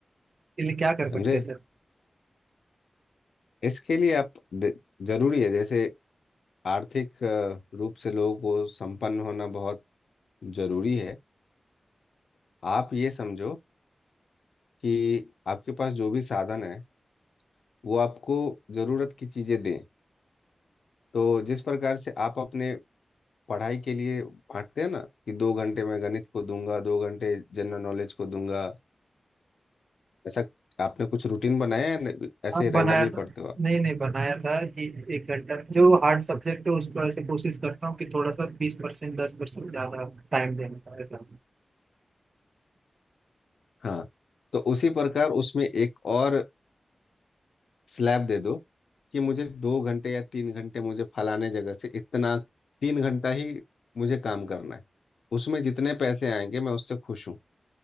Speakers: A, on the right; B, on the left.
A: इसके लिए क्या कर
B: समझे
A: सकते हैं सर
B: इसके लिए आप दे- जरूरी है जैसे आर्थिक अ, रूप से लोगों को संपन्न होना बहुत जरूरी है आप ये समझो कि आपके पास जो भी साधन है वो आपको जरूरत की चीजें दें तो जिस प्रकार से आप अपने पढ़ाई के लिए बांटते हैं ना कि दो घंटे मैं गणित को दूंगा दो घंटे जनरल नॉलेज को दूंगा ऐसा आपने कुछ रूटीन बनाया है न- ऐसे
A: आप
B: रैंडमली
A: बनाया था
B: पढ़ते हो आप
A: नहीं नहीं बनाया था कि एक घंटा जो हार्ड सब्जेक्ट है उसको ऐसे कोशिश करता हूँ कि थोड़ा सा बीस परसेंट दस परसेंट ज़्यादा टाइम देने का ऐसा
B: हाँ तो उसी प्रकार उसमें एक और स्लैब दे दो कि मुझे दो घंटे या तीन घंटे मुझे फलाने जगह से इतना तीन घंटा ही मुझे काम करना है उसमें जितने पैसे आएंगे मैं उससे खुश हूँ